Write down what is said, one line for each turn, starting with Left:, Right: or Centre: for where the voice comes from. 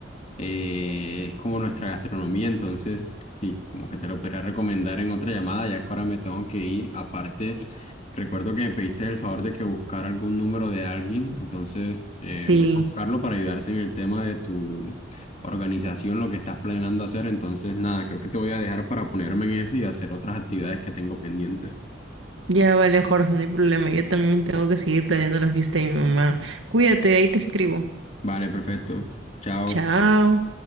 Left: eh, es como nuestra gastronomía, entonces sí, como que te lo podría recomendar en otra llamada, ya que ahora me tengo que ir. Aparte, recuerdo que me pediste el favor de que buscara algún número de alguien, entonces eh,
Right: Sí,
Left: voy a buscarlo para ayudarte en el tema de tu organización, lo que estás planeando hacer. Entonces, nada, creo que te voy a dejar para ponerme en eso y hacer otras actividades que tengo pendientes.
Right: ya vale, Jorge, no hay problema. Yo también tengo que seguir planeando la fiesta de mi mamá. Cuídate, ahí te escribo.
Left: Vale, perfecto. Chao.
Right: Chao.